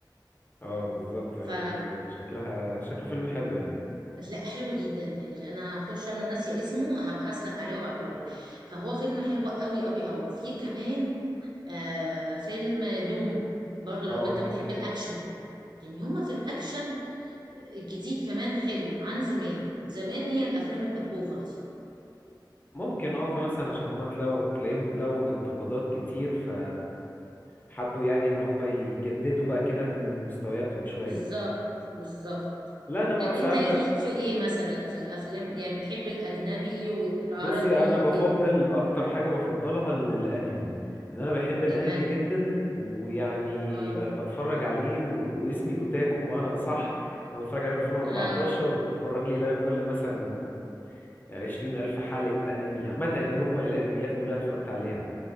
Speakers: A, on the left; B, on the right.
A: اه بالظبط يعني
B: دي
A: شكلها شكله فيلم حلو يعني
B: لا حلو جدا يعني انا هخش انا ناسي اسمه هبحث لك عليه وابعتهولك فهو فيلم حلو قوي قوي قوي وفي كمان آه فيلم دوم برضو لو
A: اه
B: انت بتحب الاكشن يعني هما في الاكشن الجديد كمان حلو عن زمان زمان هي الافلام اللي كانت اوفر دي
A: ممكن اه مثلا عشان هما تلاقوا تلاقيهم لقوا انتقادات كتير ف حبوا يعني ان هما يجددوا بقى كده من مستوياتهم شوية
B: بالظبط بالظبط
A: لا انا بقى
B: طب انت
A: ساعات
B: ليك في ايه مثلا في الافلام يعني بتحب الاجنبي والعربي
A: بصي انا
B: الايه
A: بفضل اكتر حاجة بفضلها ال- الانمي ان انا بحب الانمي
B: الانمي
A: جدا ويعني
B: اه
A: ب- بتفرج عليه و- واسمي اوتاكو بمعنى اصح انا بتفرج عليه من 2014
B: اه
A: وبتفرج لي لا يقل مثلا 20 الف حلقة انمي عامة يعني مجمل الانميات كلها اتفرجت عليها